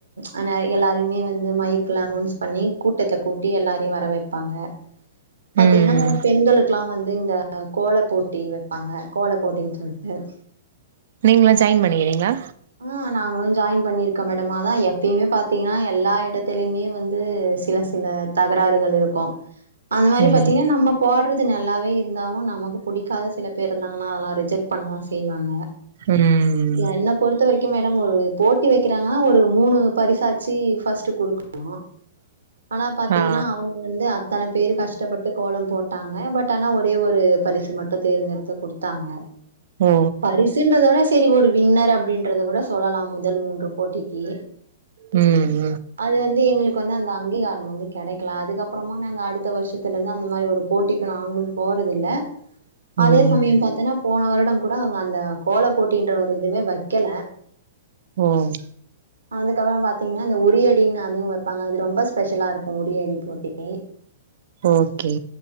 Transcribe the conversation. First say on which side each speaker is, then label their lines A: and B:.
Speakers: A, on the right; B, on the right.
A: ஆ நெறை எல்லாருமே வந்து மைக்ல அனௌன்ஸ் பண்ணி கூட் டத்த கூட்டி எல்லாரயு வர வெப்பாங்க பாத்தீங்கனா
B: ம்
A: பெண்களுக்குலா வந்து இந்த கோல போட்டி வெப்பாங்க கோல போட்டின் சொல் அ
B: நீங்க ஜாயின் பண்ணிக்கிறீங்களா
A: ஆ நாங்களும் ஜாயின் பண்ணிருக்கோ மேடம் அதா எப்பயுமே பாத்தீங்கன்னா எல்லா இடத்தலயுமே வந்து சில ல்ல தகராறுகள் இருக்கு அந்த மாரி
B: ம்
A: பாத்தீங்கன்னா நம்ம போட்றது நல்லாவே இருந்தாலு நமக்கு பிடிக்காத சில பேர் இருந்தாங்கன்னா அதெல்லா ரிஜெக்ட் பண்ணதா செய்வாங்க
B: ம்
A: என்ன பொறுத்த வரைக்கும் மேடம் ஒரு போட்டி வைக்கிறாங்கன்னா ஒரு மூணு பரிசாச்சு ஃபர்ஸ்ட்டு குடுக்கணு ஆனா பாத்தீங்கன்னா
B: ஆ
A: அவுங் க வந்து அத்தன பேர் கஷ்டப்பட்டு கோலம் போட்டாங்க பட் ஆனா ஒரே ஒரு பரிசு மட்டு தேர்ந்தெடுத்து குடுத் தாங்க
B: ஓ
A: பரிசுன்றத விட செரி ஒரு வின்னர் அப் ப்டின்றத கூட சொல்லலா முதல் மூன்று போட்டிக்கு
B: ம்ம்
A: அது வந்து எங்களுக்கு வந்து அந்த அங்கீகாரம் வந்து கிடைக்கல அதுக்கப்புறமா நாங்க அடுத்த வருஷத்துல இருந்து அந்த மாரி ஒரு போட்டி க்கு நாங்களும் போறதில்ல அதே
B: ம் ம்
A: சமயம் பாத்தேன்னா போன வருடம் கூட அவங்க அந்த கோல போட்டின்ற ஒரு இதுவே வைக்கல
B: ம்
A: அதுக்கப்புறம் பாத்தீங்கன்னா இந்த உரி அடின்னு அதுவு வைப்பாங்க அது ரொம்ப ஸ்பெஷலா இருக்கு உரியடி போட்டி
B: ஓகே